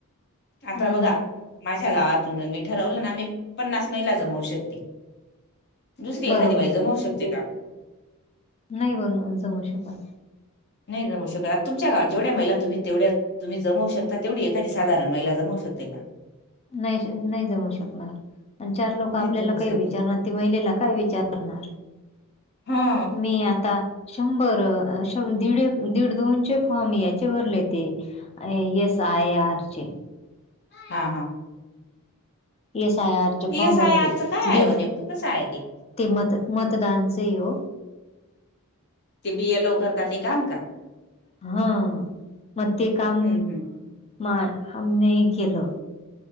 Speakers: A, on the left; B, on the left.
A: आता
B: हम्म
A: बघा माझ आमच्या गावातून जर मी ठरवलं ना, आम्ही पन्नास महिला जमवू श शकते. दुसरी एखादी
B: बरोबर
A: बाई जमवू शकते का?
B: नाही बरोबर जमवू शकत.
A: नाही जमवू शकत आणि तुमच्या गाव जेवढ्या महिला तुम्ही तेवढ्या तुम्ही जमवू शकता तेवढी एखादी साधारण महिला जमवू शकते का?
B: नाही नाही जमू शकणार आन चार लोक
A: नाही
B: आपल्याला
A: जमवू
B: काही
A: शकत
B: विचारणार ते महिलेला काय विचार करणार?
A: हा
B: मी आता शंभर दीड दीड दोनचे फॉर्म याचे भरले ते अ एस. आय. आर. चे.
A: हा हा.
B: पी. एस. आय. आर. चे
A: पी.
B: Form
A: S.
B: भरले
A: आय. आर. चं काय आहे
B: दीड
A: वो नेमकं कसं आहे ते?
B: ते मत मतदानच आहे वो.
A: ते बी. एल. ओ. करतात ते काम का?
B: ह मग ते काम
A: हम्म हम्म
B: हाम नई केलं.